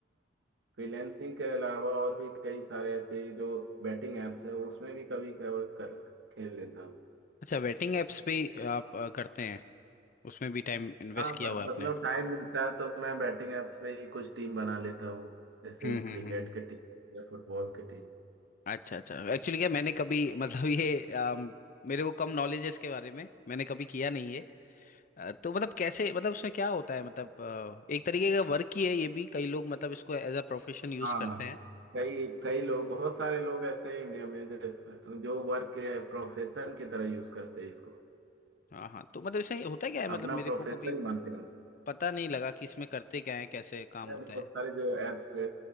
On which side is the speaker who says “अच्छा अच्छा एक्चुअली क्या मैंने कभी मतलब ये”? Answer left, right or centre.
Left